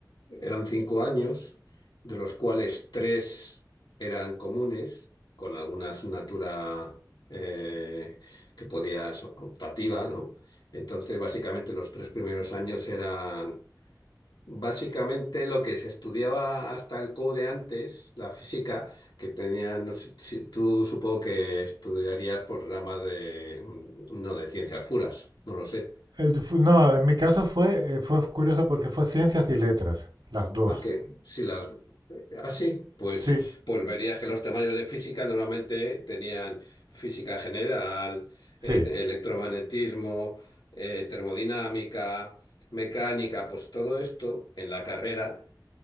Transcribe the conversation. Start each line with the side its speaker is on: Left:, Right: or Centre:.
Left: eran cinco años, de los cuales tres eran comunes, con alguna asignatura eh, que podías optativa, ¿no? Entonces, básicamente los tres primeros años eran Básicamente lo que se estudiaba hasta el code antes, la física, que tenía, no sé, si- tú supongo que estudiarías por ramas de, mm, no de ciencias puras, no lo sé.
Right: El fu- no, en mi caso fue, eh, fue curioso porque fue ciencias y letras, las dos.
Left: Ah, que si las, eh, así, pues,
Right: Sí,
Left: pues verías que los temarios de física normalmente tenían física general,
Right: sí.
Left: eh, de- electromagnetismo, eh, termodinámica, mecánica, pues todo esto en la carrera